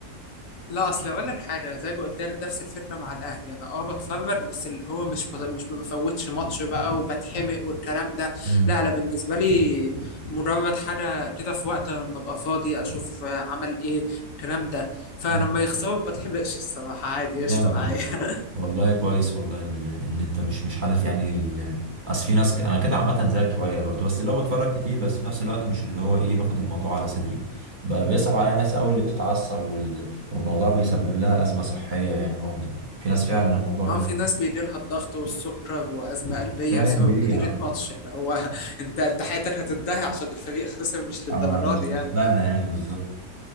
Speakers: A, on the left; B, on the right.
A: لا اصل اقول لك حاجه زي ما قلت لك نفس الفكره مع الاهلي انا اه بتفرج بس اللي هو مش بط... مش ما بفوتش ماتش بقى وبتحمق والكلام ده
B: مم.
A: لا انا بالنسبه لي مجرد حاجه كده في وقت لما ابقى فاضي اشوف عمل ايه الكلام ده فلما
B: مم.
A: يخسروا ما بتحمقش الصراحه عادي
B: جامد
A: قشطه معايا
B: والله
A: <laughs>
B: والله كويس والله ال- اللي انت مش مش حاطط يعني ال... اصل في ناس ك... انا كده عامه زيك شويه برضو بس اللي هو بتفرج كتير بس في نفس الوقت مش اللي هو ايه باخد الموضوع على صدري بقى بيصعب عليا الناس قوي اللي بتتعصب وال... والموضوع بيسبب لها ازمه صحيه يعني ممكن في ناس فعلا الموضوع بن...
A: اه في ناس بيجي لها الضغط والسكر وازمه قلبيه
B: فاهم
A: بسبب
B: ليه
A: نتيجه
B: يا عم
A: ماتش اللي هو <laughs> انت انت حياتك هتنتهي عشان الفريق خسر مش للدرجه
B: أنا مش
A: دي يعني
B: مش سهله يعني بالظبط